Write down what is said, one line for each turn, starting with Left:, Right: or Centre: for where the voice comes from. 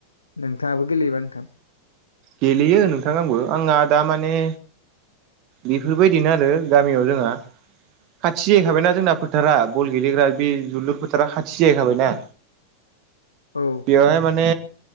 Left: नोंथाङाबो गेलेयोबा नोंथां?
Right: गेलेयो नोंथां आंबो आंहा दा माने बेफोरबायदिनो आरो गामियाव जोंहा खाथि जाहैखाबायना जोंना फोथारा बल गेलेग्रा बे जलुर फोथारा खाथि जाहैखाबायना।
Left: औ
Right: बेयावहाय माने